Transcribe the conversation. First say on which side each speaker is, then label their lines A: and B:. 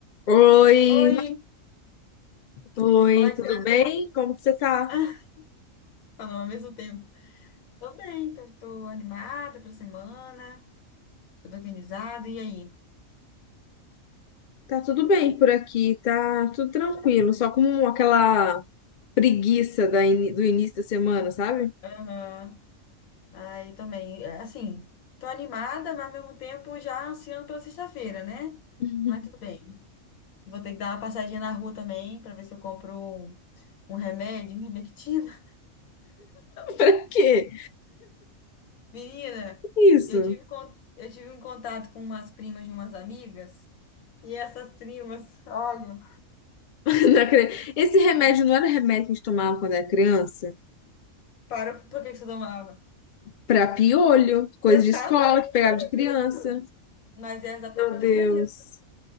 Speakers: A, on the left; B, on the left.
A: Oi,
B: Oi,
A: oi,
B: como é que
A: tudo
B: você
A: bem? Como que você tá?
B: tá? <laughs> Falou ao mesmo tempo. Tô bem, tô, tô animada pra semana, tudo organizado, e aí?
A: Tá tudo bem por aqui, tá tudo tranquilo, só com aquela preguiça da ini- do início da semana, sabe?
B: Aham. Aí também, é, assim, tô animada, mas ao mesmo tempo já ansiando pela sexta-feira, né?
A: <laughs>
B: Mas tudo bem. Vou ter que dar uma passadinha na rua também pra ver se eu compro um, um remédio, um Remectina.
A: Pra quê?
B: <laughs> Menina,
A: Isso.
B: eu tive, con- eu tive um contato com umas primas de umas amigas, e essas primas, olha,
A: <laughs> Não acre- Esse remédio não era um remédio que a gente tomava quando era criança?
B: parou por que que você tomava?
A: Pra piolho, coisa
B: Exatamente.
A: de escola que pegava de criança.
B: Isso. Mas é exatamente
A: Meu Deus.
B: para isso.